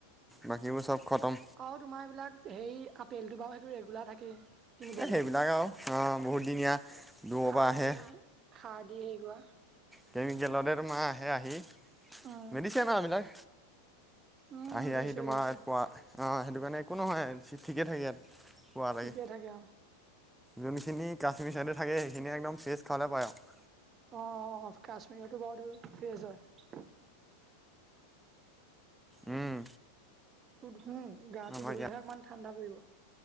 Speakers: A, in the centre; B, on the right.
A: বাকীবোৰ চব খতম
B: অ তোমাৰ এইবিলাক সেই আপেলটো বাৰু সেইটো ৰেগুলাৰ থাকেই কিনিব
A: এই সেইবিলাক
B: যাওঁত
A: আৰু বহুতদিনীয়া দূৰৰ
B: সাৰ
A: পৰা আহে
B: দি সাৰ দি হেৰি কৰা
A: কেমিকেলৰে মাহ আহে আহি <unintelligible>
B: উম,
A: মেডিচিন আৰু এবিলাক
B: উম,
A: আহি-
B: দিছে
A: আহি তোমাৰ
B: দিছে
A: পুৱ আহ <unintelligible> সেইটো কাৰণে একো নহয় ঠিকে থাকে ইয়াত। পোৱা লাগে
B: ঠিকে থাকে
A: যোনখিনি কাশ্মীৰ চাইডে থাকে সেইখিনি একদম ফ্ৰেচ খাবলে পায় আৰু
B: অ কাশ্মীৰটো বৰ ফ্ৰেছ হয় <unintelligible>
A: উম
B: উম গাটো
A: আমাৰ
B: ধুলেহে
A: ইয়াত
B: অকমান ঠাণ্ডা পৰিব